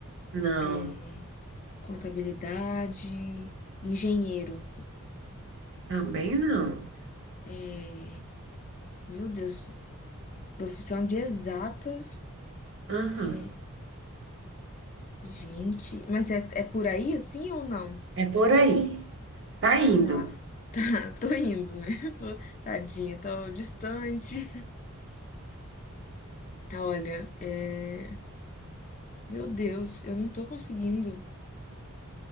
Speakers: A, on the right; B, on the left.
A: não,
B: é, contabilidade, engenheiro.
A: também não.
B: É, meu Deus, profissão de exatas.
A: Aham.
B: É, gente, mas é, é por aí assim ou não?
A: É por aí. Tá indo.
B: Tá, tá, <laughs> tô indo, né? <laughs> Tô, tadinha, tô distante. Olha, é. Meu Deus, eu não tô conseguindo.